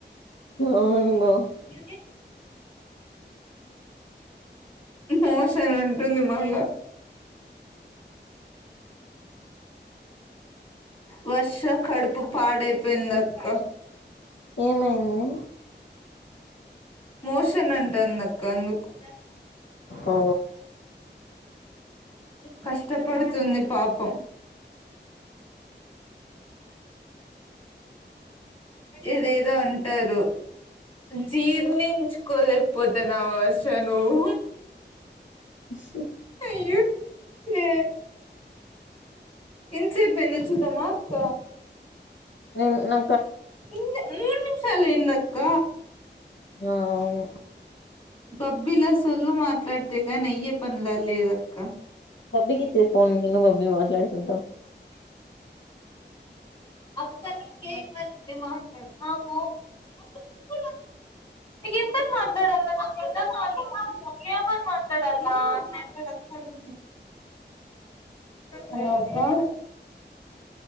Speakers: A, on the left; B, on the left.
A: అవునుగో
B: మీ మోసం అని అంటుంది మళ్ళ వర్ష కడుపు పాడైపోయింది అక్క
A: ఏమైంది
B: మోషన్ అంటాంది అక్క అందుకు
A: ఓ
B: కష్టపడుతుంది పాపం ఏదేదో అంటారు జీర్ణించుకోలేకపోతానవ వర్ష నువ్వు
A: అా
B: అయ్యో హే ఎన్సేపు అయిందో చూద్దామా అక్క
A: ఉమ్ నా
B: ఇంగ మూడు నిమిషాలు ఏందక్క
A: ఆ అవును
B: బబ్బిలా సొల్లు మాట్లాడితే కాని అయ్యే పనులా లేదక్క
A: బబ్బికి ఇచ్చేయ్ ఫోన్ నేను బబ్బీ మాట్లాడుకుంటాం
B: అక్క నీకే ఇమ్మనింది మాట్లాడు ఆ పో అక్క చూడు ఎంత అని మాట్లాడల్ల నాకు అర్థం కాదు ఏమని మాట్లాడాలి మా హలో అక్క